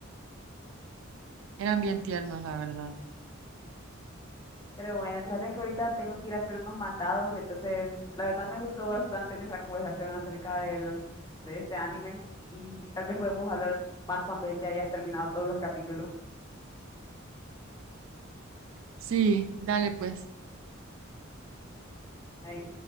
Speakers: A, on the right; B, on the left.
A: eran bien tiernos, la verdad.
B: Pero bueno, fíjate que ahorita tengo que ir a hacer unos mandados, entonces la verdad me gustó bastante nuestra conversación acerca del, de este anime y tal vez podemos hablar más cuando ya hayas terminado todos los capítulos.
A: Sí, dale, pues.
B: Ahí.